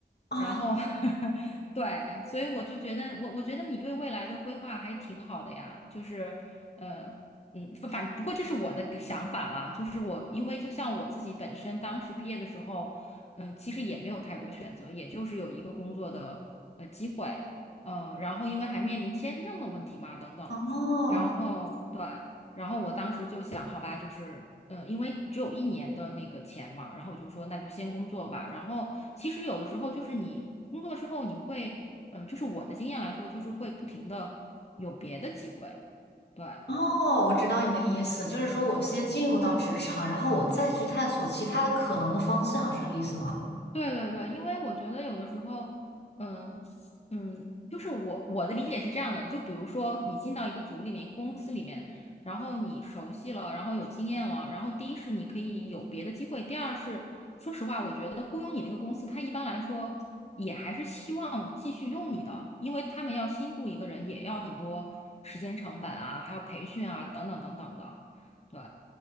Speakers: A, on the left; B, on the left.
A: 啊。
B: 然后 <laughs> 对，所以我就觉得我我觉得你对未来的规划还挺好的呀，就是呃嗯，反反不过这是我的个想法啦，就是我因为就像我自己本身当时毕业的时候，嗯、其实也没有太多选择，也就是有一个工作的呃机会，呃，然后因为还面临签证的问题嘛，等等，
A: 哦，
B: 然后对。然后我当时就想，好吧，就是，嗯、因为只有一年的那个钱嘛，然后我就说，那就先工作吧。然后其实有的时候就是你工作之后，你会，嗯、就是我的经验来说，就是会不停的有别的机会，对。
A: 哦，我知道你的意思，就是说我先进入到职场，然后我再去探索其他的可能的方向，是这个意思吗？
B: 对对对，因为我觉得有的时候，嗯嗯，就是我我的理解是这样的，就比如说你进到一个组里面、公司里面，然后你熟悉了，然后有经验了，然后第一是你可以有别的机会，第二是说实话，我觉得雇佣你那个公司，它一般来说也还是希望继续用你的，因为他们要新雇一个人，也要很多时间成本啊，还要培训啊，等等等等的，对，